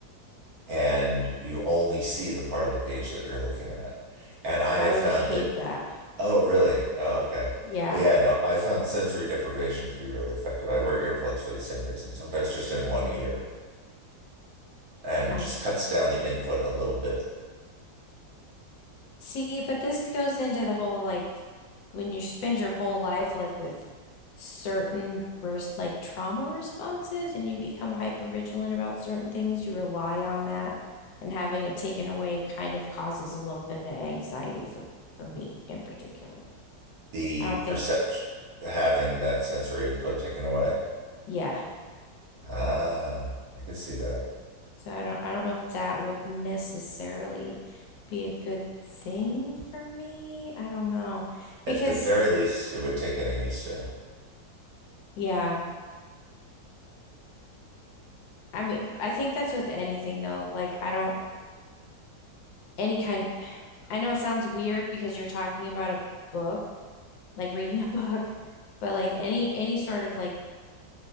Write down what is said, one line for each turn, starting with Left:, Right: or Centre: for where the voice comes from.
Right: and you only see the part of the page that you're looking at. And I have
Left: I would
Right: found
Left: hate
Right: that
Left: that.
Right: oh really? Oh okay.
Left: Yeah.
Right: Yeah, no, I found sensory deprivation to be really effective. I wear earplugs for the same reason, sometimes just in one ear and
Left: I
Right: just cuts down the input a little bit.
Left: see, but this goes into the whole like when you spend your whole life like with certain res- like trauma responses and you become hyper vigilant about certain things, you rely on that and having it taken away kind of causes a little bit of anxiety for for me in particular.
Right: the
Left: I don't
Right: perception
Left: think,
Right: having that sensory input taken away.
Left: yeah,
Right: Ah, I could see that.
Left: So I don't I don't know if that would necessarily be a good thing for me. I don't know. Because
Right: At the very least, it would take getting used to.
Left: yeah, I mean I think that's with anything though. Like I don't any kind <sighs> I know it sounds weird because you're talking about a book, like reading a <laughs> book, but like any any sort of like